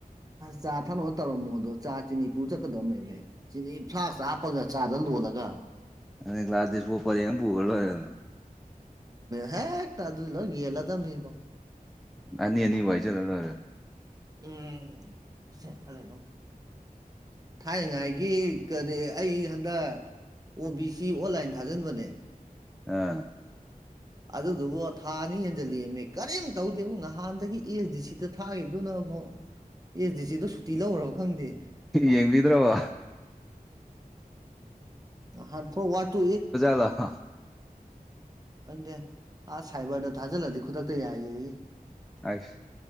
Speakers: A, on the right (about 25°); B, in the centre.
A: ꯆꯥ ꯊꯛꯅꯕ ꯇꯧꯔꯝꯃꯣ ꯑꯗꯣ ꯆꯥ ꯆꯤꯅꯤꯐꯨ ꯆꯠꯀꯗꯕꯅꯦꯅꯦ ꯁꯤꯗꯤ ꯏ ꯐꯥꯛꯇ ꯍꯥꯞꯄꯒ ꯆꯥꯗ ꯂꯣꯜꯂꯒ
B: ꯑ ꯀ꯭ꯂꯥꯁꯗꯄꯣꯄꯔꯦꯒꯅꯤ ꯄꯨꯒ ꯑꯣꯏꯔꯦ ꯑꯗꯨꯣ
A: ꯍꯦ ꯇꯗꯨꯂꯣ ꯦꯂꯗꯝꯕꯣ
B: ꯑꯅꯤ ꯑꯅꯤ ꯋꯥꯏꯖꯜꯔꯦ
A: ꯎꯝꯦ ꯈꯂꯦ ꯑꯗꯨꯝ ꯊꯥꯏꯅꯉꯥꯏꯒꯤ ꯀꯔꯤ ꯑꯩ ꯍꯟꯗꯛ ꯑꯣ ꯕꯤ ꯁꯤ ꯑꯣꯟꯂꯥꯏꯟ ꯊꯥꯖꯤꯟꯕꯅꯦ
B: ꯑꯥ
A: ꯑꯗꯨꯗꯨꯕꯨ ꯊꯥ ꯑꯅꯤ ꯍꯦꯟꯖꯜꯂꯤꯑꯦꯝꯃꯦ ꯀꯔꯤꯝ ꯇꯧꯗꯦꯕꯨ ꯅꯍꯥꯟꯗꯒꯤ ꯑꯦꯁ ꯗꯤ ꯁꯤꯗ ꯊꯥꯈꯤꯗꯨꯅ ꯑꯃ ꯑꯦꯁ ꯗꯤ ꯁꯤꯗ ꯁꯨꯇꯤ ꯂꯧꯈ꯭ꯔꯕ ꯈꯪꯗꯦ
B: ꯌꯦꯡꯕꯤꯗ꯭ꯔꯕꯣ
A: ꯍꯥꯟ ꯊꯣꯛ ꯋꯥ ꯇꯨ
B: ꯍꯂ
A: ꯑꯗꯨꯪꯗꯦ ꯑꯁ ꯁꯥꯏꯕꯔꯗ ꯊꯥꯖꯤꯜꯂꯗꯤ ꯈꯨꯗꯛꯇ ꯌꯥꯏꯌꯦ
B: ꯑꯁ